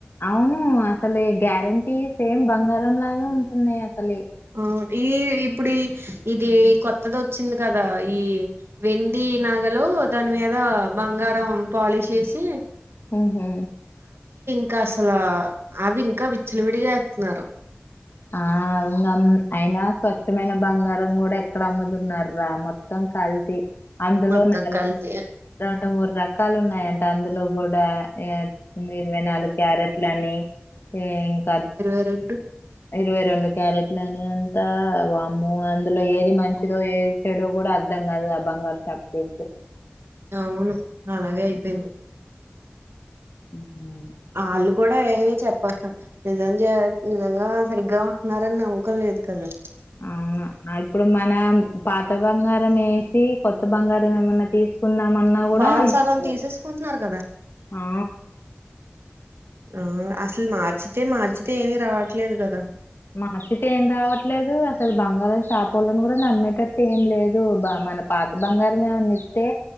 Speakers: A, on the left; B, on the right.
A: అవును అసలు గ్యారెంటీవి సేమ్ బంగారం లాగే ఉంటున్నాయి అసలీ
B: ఆ ఈ ఇప్పుడు ఇది ఈ కొత్తది వచ్చింది కదా ఈ వెండి ఈ నగలు దాని మీద బంగారం పాలిష్ చేేసి
A: ఊహు
B: ఇంకా అసలా అవి ఇంకా విచ్చలువిడిగా వేత్నారు.
A: ఆ ఇంకా అయినా స్వచ్ఛమైన బంగారం కూడా ఎక్కడ అమ్ముతున్నార్రా మొత్తం కల్తీ అందులో
B: మొత్తం
A: నాలుగు
B: కలిపి
A: రెండు మూడు రకాలు ఉన్నాయం అందులో కూడా ఆ ఇరవై నాలుగు క్యారెట్లు అని ఏ ఇంకా
B: రెట్టు
A: ఇరవై రెండు క్యారెట్లు అని అంతా వామ్మో అందులో ఏది మంచిదో ఏది చెడో కూడా అర్ధం కా దు అ బంగారు షాపుకెళ్తే
B: అవును అలాగే అయిపోయింది
A: హ్మ్
B: వాళ్ళు కూడా ఏమీ చెప్ప నిజం నిజంగా సరిగ్గా ఉంటున్నారని నమ్మకం లేదు కదా
A: అవును ఇప్పుడు మనం పాత బంగారం వేసి కొత్త బంగారం ఏమన్నా తీసు కున్నామన్నా కూడా
B: వాళ్ళు
A: నమ్మకం
B: సగం
A: లేదు
B: తీసేసుకుంటున్నారు కదా
A: ఆ
B: ఆ అసలు మార్చితే మార్చితే ఏమి రావట్లేదు కదా
A: మర్చితే ఏం రావట్లేదు అసలు బంగారం షాపోల్ని కూడా నమ్మేటట్టు ఏం లేదు బా మన పాత బంగారం ఏమనితే